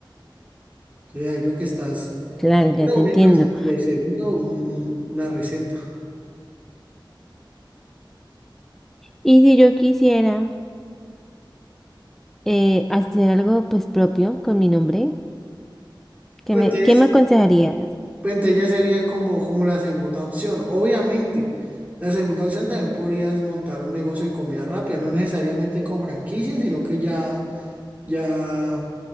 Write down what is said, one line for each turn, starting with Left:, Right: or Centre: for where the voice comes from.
Right: Entonces ahí lo que estás,
Centre: claro,
Right: primero
Centre: ya te
Right: una
Centre: entiendo.
Right: infraestructura y segundo un- un- una receta.
Centre: Y si yo quisiera eh, hacer algo pues propio con mi nombre, ¿qué
Right: Pues
Centre: me,
Right: entonces,
Centre: qué me aconsejarías?
Right: pues, entonces ya sería como, como la segunda opción. Obviamente, la segunda opción también podrías montar un negocio de comida rápida, no necesariamente con franquicia, sino que ya, ya...